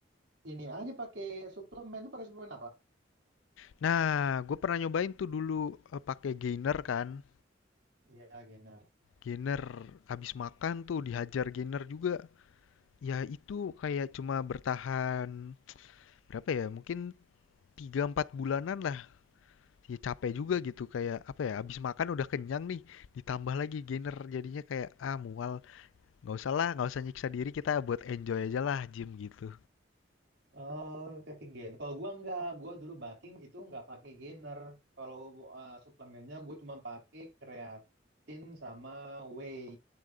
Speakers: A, on the right; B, on the left.
A: Ini aja pakai suplemen. Lu pakai suplemen apa?
B: Nah, gue pernah nyobain tuh dulu, eee, pakai gainer kan,
A: Iya, gainer.
B: gainer habis makan tuh dihajar gainer juga. Ya itu kayak cuma bertahan berapa ya, mungkin 3 4 bulanan lah, ya capek juga gitu kayak apa ya, habis makan udah kenyang nih, ditambah lagi gainer jadinya kayak, "Ah mual, nggak usah lah, nggak usah nyiksa diri, kita buat enjoy aja lah gym," gitu.
A: Oh, pakai gainer. Kalau gua enggak, gua dulu bulking itu enggak pakai gainer. Kalau eh, suplemennya gua cuma pakai kreatin sama whey.